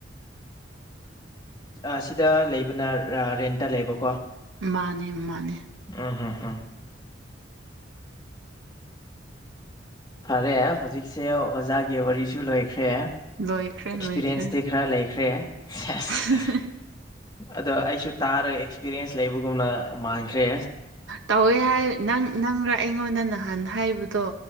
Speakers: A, on the left (about 20°); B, on the right (about 80°).
A: ꯑ ꯁꯤꯗ ꯂꯩꯕꯅ ꯔ ꯔꯦꯟꯇ ꯂꯩꯕꯀꯣ
B: ꯃꯥꯅꯦ ꯃꯥꯅꯦ
A: ꯎꯝ ꯍꯝꯍꯝ ꯐꯔꯦ ꯍꯧꯖꯤꯛꯁꯦ ꯑꯣꯖꯥꯒꯤ ꯋꯥꯔꯤꯁꯨ ꯂꯣꯏꯈ꯭ꯔꯦ ꯑꯦꯛꯁꯄꯤꯔꯤꯌꯦꯟꯁꯇꯤ
B: ꯂꯣꯏꯈ꯭ꯔꯦ ꯂꯣꯏꯈ꯭ꯔꯦ
A: ꯈꯔ ꯂꯩꯈ꯭ꯔꯦ ꯁꯦꯁ
B: <unintelligible>
A: ꯑꯗꯣ ꯑꯩꯁꯨ ꯇꯥꯔꯒ ꯑꯦꯛꯁꯄꯤꯔꯤꯌꯦꯟꯁ ꯂꯩꯕꯒꯨꯝꯅ ꯃꯥꯟꯈ꯭ꯔꯦ
B: ꯇꯧꯋꯦ ꯍꯥꯏ ꯅꯪ ꯅꯪꯔ ꯑꯩꯉꯣꯟꯗ ꯅꯍꯥꯟ ꯍꯥꯏꯕꯗꯣ